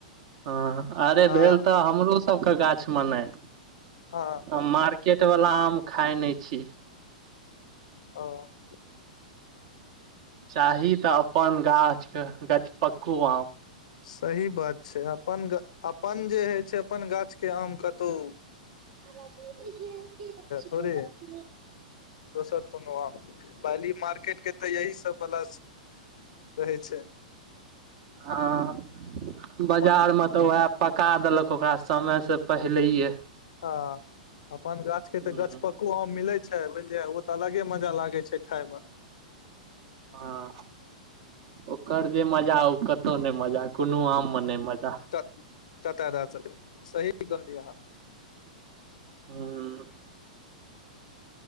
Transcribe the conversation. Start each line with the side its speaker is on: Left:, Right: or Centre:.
Right: हँ, अरे
Left: हँ
Right: भेल तऽ हमरो सबके गाछमे नहि।
Left: हँ।
Right: हम मार्केट वालला आम खााय नहि छी
Left: ह।
Right: चाही तऽ अपन गाछके गछपक्कू आम
Left: सही बात छै अपन ग अपन जे होइ छै, अपन गाछके आम कतहु
Right: म ब
Left: थोड़े दोसर कोनो आ पी मार्केट के तऽ यही सब बला स रहै छै।
Right: हँ, बाजार
Left: अपन
Right: में तऽ उएह पका देलक ओकरा समय स पह हिलैये
Left: ह अपन गाछ के
Right: ह
Left: तऽ गछपक कु आम मिले छै बुझलियै ओ तऽ अलगे मजा लागे छै खाय में
Right: हँ, ओकर जे मजा ओ कत्तौ नै मजा कोनो आम में नै मजा
Left: तऽ तऽ द सही कहलियै हन
Right: हूं।